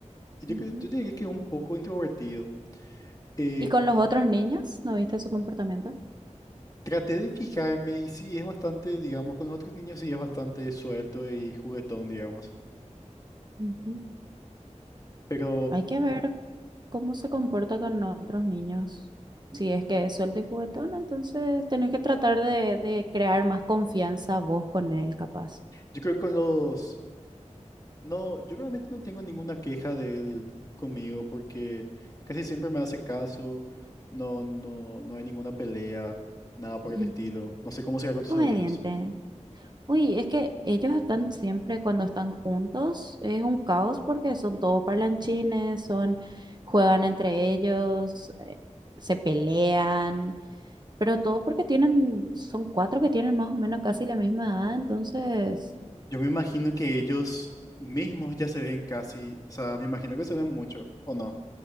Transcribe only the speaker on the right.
Ujú.
¿Y con los otros niños? ¿No viste su comportamiento?
Ujú.
Hay que ver cómo se comporta con otros niños. Si es que es suelto y juguetón, entonces tenés que tratar de, de crear más confianza vos con él, capaz.
Ujú.
Obediente.
Uy, es que ellos están siempre cuando están juntos, es un caos porque son todos parlanchines, son, juegan entre ellos, eh, se pelean, pero todo porque tienen, son cuatro que tienen más o menos casi la misma edad, entonces,